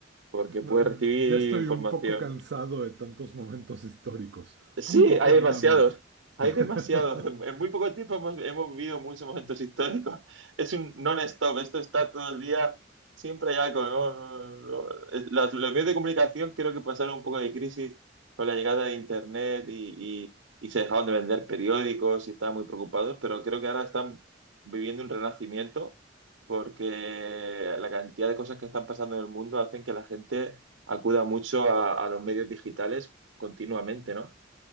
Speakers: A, on the right; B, on the right.
A: Porque
B: No,
A: puedes recibir
B: ya estoy
A: información.
B: un poco cansado de tantos momentos históricos,
A: Sí,
B: un poco
A: hay demasiados,
B: nada más.
A: hay
B: <laughs>
A: demasiados. En en muy poco tiempo hemos, hemos vivido muchos momentos históricos. Es un non-stop, esto está todo el día, siempre hay algo, ¿no? No, no, no. Es- la- Los medios de comunicación creo que pasaron un poco de crisis con la llegada de Internet y, y, y se dejaron de vender periódicos y estaban muy preocupados, pero creo que ahora están viviendo un renacimiento porque la cantidad de cosas que están pasando en el mundo hacen que la gente acuda mucho a, a los medios digitales continuamente, ¿no?